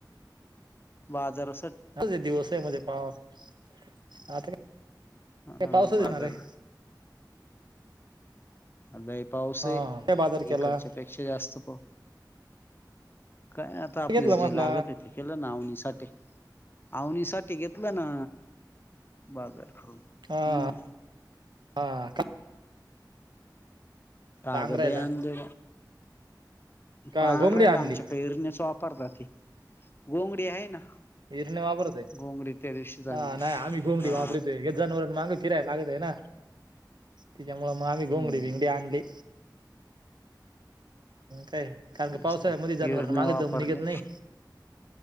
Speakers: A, on the left; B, on the right.
A: बाजार
B: ह दिवस आहे म्हणजे पाव आता काय.
A: ह
B: पावसाच
A: बादर.
B: येणार आहे
A: आ पाऊस
B: हा
A: आहे
B: काय बाजार केला
A: इकडच्या पेक्षा जास्त प काय आता आपल्याला
B: घेतलं
A: जे
B: म्हटला
A: लागत आहे ते केलं ना आवनीसाठी आवनीसाठी. घेतलं ना बाजार.
B: हा
A: म.
B: हा
A: प्रगदया
B: पांघरायला
A: दि.
B: का
A: पांढराला
B: घोंगडी आणली
A: आमच्या कैरनेच वापरतातात ते गोंगडी आहे ना.
B: हर्न वा बरते.
A: गोंगडी त्या दिवशीच आणली
B: हा नाही आम्ही घोमडी
A: हा
B: वापरतोय एक जण व माांग फिरायला लागत आहे ना. त्यािच्यामु मग आम्ही घोंगडी
A: हम्म
B: भिंगडी आणली काय. कारण
A: तेच
B: क पावसाळ्यामध्येध्ये
A: तर इरणे
B: जनवर मागे
A: वापरले
B: दम निघेत नाही.